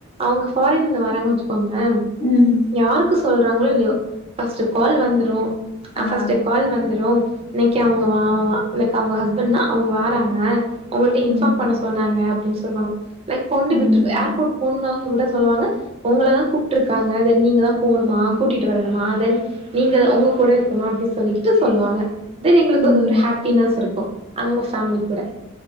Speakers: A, on the right; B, on the left.
A: அவுங்க ஃபாரின்லேந்து வராங்கன்னு வச்சுக்கோங்களே
B: ம்
A: யாருக்கு சொல்றாங்களோ இல்லயோ ஃபர்ஸ்ட்டு கால் வந்துரு அ
B: ஆ.
A: ஃபர்ஸ்ட்டு கால் வந்துரு இன்னக்கி அவுங்க வா அவ வா லைக்க அவுங்க ஹஸ்பண்ட்னா அவுங்க வாராங்க உங்கள்ட இன்ஃபார்ம்
B: ம்.
A: பண்ண சொன்னாங்க அப்டின் சொல்வாங்க லைக் கொண்டி
B: ம்.
A: விட்டு ஏர்போர்ட் போணுணா விட சொல்லுவாங்க உங்கள தா கூப்ட்டுருக்காங்க தென் நீங்க தா போணுமா கூட்டிட்டு வரணுமா தென் நீங்க உங்க கூட இருக்குமா அப்டி சொல்லிக்கிட்டு சொல்வாங்க தென் எங்களுக்கு
B: ம்.
A: அது ஒரு ஹாப்பினஸ் இருக்கு அவுங்க ஃபேமிலி கூட